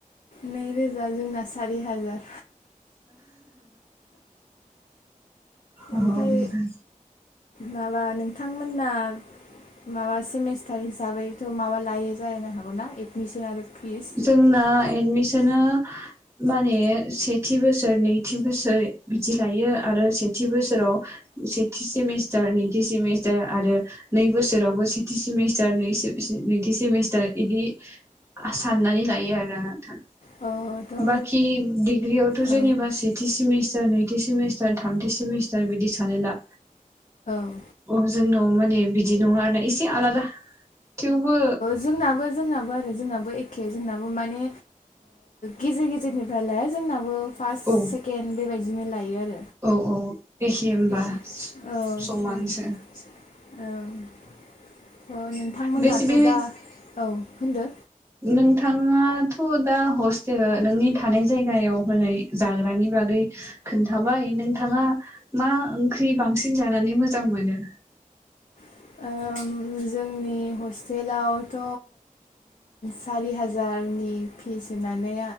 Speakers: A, on the left; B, on the right.
A: नैरोजा जोंना सारि हाजार
B: अ
A: ओमफ्राय माबा नोंथांमोनना माबा सेमिस्टार हिसाबैथ' माबा लायो जाहैनो हागौना एदमिसन आरो फिस
B: जोंना एडमिसना माने सेथि बोसोर नैथि बोसोर बिदि लायो आरो सेथि बोसोराव सेथि सेमिस्टार नैथि सेमिस्टार आरो नै बोसोरावबो सेथि सेमिस्टार नै सेमिस्टार नैथि सेमिस्टार बिदि साननानै लायो आरो नोंथां
A: औ थ'
B: बाखि डिग्रियावथ'
A: औ
B: जेनेबा सेथि सेमिस्टार थि सेमिस्टार थामथि सेमिस्टार बिदि सानो दा
A: औ
B: अ जोंनाव माने बिदि नङा आरो ना इसे आलादा थेवबो
A: जोंनाबो जोंनाबो आरो जोंनाबो एखे जोंनाबो माने गेजेर गेजेर <inaudible> निफ्राय लाया जोंनाबो फार्स्ट
B: औ
A: सेकेणड बेबायदिनो लायो आरो
B: औ औ एखे
A: औ
B: होमबा समानसो
A: औ औ नोंथांमोनाथ'
B: बेसे बे
A: दा औ होनदो
B: नोंथाङाथ' दा हस्प जेनेबा नोंनि थानाय जायगायाव होनाय जाग्रानि बागै खोन्थाबाय नोंथाङा मा ओंख्रि बांसिन जानानै मोजां मोनो
A: जों
B: <inaudible>
A: हस्टेलावथ' सारि हाजारनि फिस होनानै